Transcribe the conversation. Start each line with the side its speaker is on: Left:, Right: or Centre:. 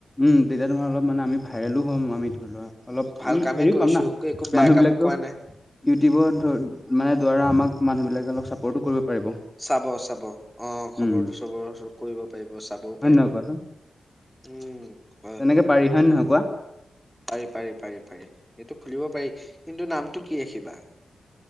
Left: উম তেতিয়া তোমাৰ অলপমানে আমি ভাইৰেলো হ'ম আমি ধৰি লোৱা অলপ
Centre: ভাল
Left: আমি
Centre: কামেই
Left: হেৰিও
Centre: কৰিছো
Left: পাম না
Centre: একো বেয়া
Left: মানুহবিলাকতো
Centre: কামো কোৱা
Left: ইউটিউবত
Centre: নাই
Left: ধৰ মানে দোৱাৰা আমাক মানুহবিলাক চাপৰ্টো কৰিব পাৰিব
Centre: চাব চাব অঁ খবৰটো
Left: উম
Centre: চবৰ কৰিব পাৰিব, চাবওঁ
Left: হয়
Centre: পাৰিব।
Left: নহয় কোৱাচোন
Centre: উম।
Left: তেনেকে পাৰি হয় নহয় কোৱা?
Centre: পাৰি পাৰি পাৰি পাৰি সেইটো খুলিব পাৰি কিন্তু নামটো কি ৰাখিবা?